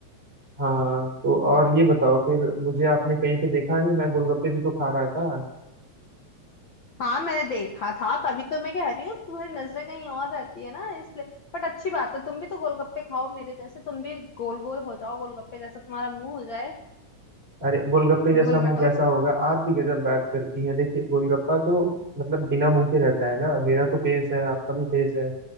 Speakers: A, on the right; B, on the left.
A: हाँ तो और ये बताओ फिर मुझे आपने कहीं पे देखा नहीं मैं गोलगप्पे भी तो खा रहा था
B: हाँ मैंने देखा था तभी तो मैं कह रही हूँ तुम्हारी नजरें कहीं और रहती है ना इसलिए बट अच्छी बात है तुम भी तो गोलगप्पे खाओ मेरे जैसे तुम भी गोल गोल हो जाओ गोलगप्पे जैसा तुम्हारा मुंह हो जाए
A: अरे गोलगप्पे जैसा
B: गोल
A: मुंह
B: मटोल
A: कैसा होगा आप भी गजब बात करती हैं देखिए गोलगप्पा तो मतलब बिना मुंह के रहता है ना मेरा तो फेस है आपका भी फेस है